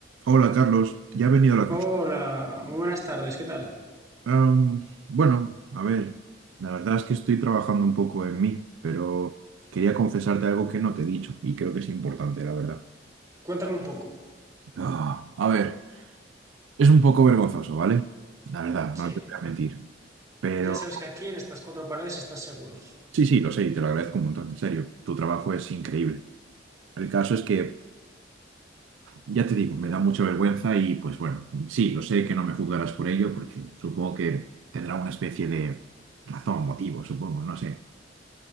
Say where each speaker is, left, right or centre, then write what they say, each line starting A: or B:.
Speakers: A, on the right; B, on the right.
A: Hola Carlos, ya he venido a la consulta.
B: Hola, muy buenas tardes, ¿qué tal?
A: Am, bueno, a ver, la verdad es que estoy trabajando un poco en mí, pero quería confesarte algo que no te he dicho y creo que es importante, la verdad.
B: Cuéntame un poco.
A: Ah, a ver, es un poco vergonzoso, ¿vale? La verdad,
B: Sí,
A: no te voy a mentir. Pero
B: ya sabes que aquí en estas cuatro paredes estás seguro.
A: sí, sí, lo sé y te lo agradezco un montón, en serio. Tu trabajo es increíble. El caso es que Ya te digo, me da mucha vergüenza y pues bueno, sí, lo sé que no me juzgarás por ello porque supongo que tendrá una especie de razón, motivo, supongo, no sé.